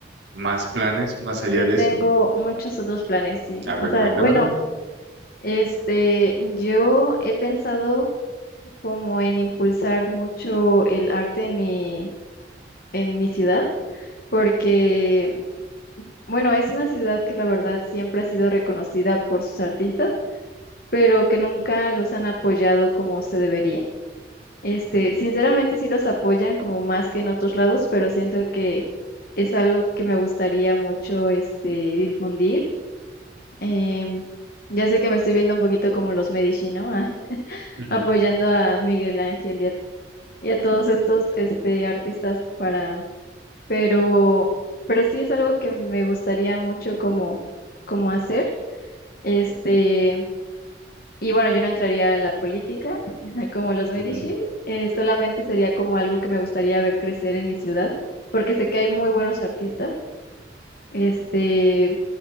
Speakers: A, on the right; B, on the left.
A: más planes más allá
B: Yo
A: de
B: tengo
A: eso?
B: muchos otros planes, sí.
A: A ver,
B: O sea,
A: cuéntamelos.
B: bueno, este, yo he pensado como en impulsar mucho el arte en mi, en mi ciudad, porque, bueno, es una ciudad que la verdad siempre ha sido reconocida por sus artistas, pero que nunca los han apoyado como se debería. Este, sinceramente sí los apoyan como más que en otros lados, pero siento que es algo que me gustaría mucho este difundir. Em, ya sé que me estoy viendo un poquito como los Medici, ¿no? <laughs>
A: Ujú,
B: apoyando a Miguel Ángel y a, y a todos estos este artistas para, pero, pero sí es algo que me gustaría mucho como, como hacer. Este, Y bueno, yo no entraría en la política <laughs> como los Medici,
A: ujú.
B: eh, solamente sería como algo que me gustaría ver crecer en mi ciudad, porque sé que hay muy buenos artistas, este,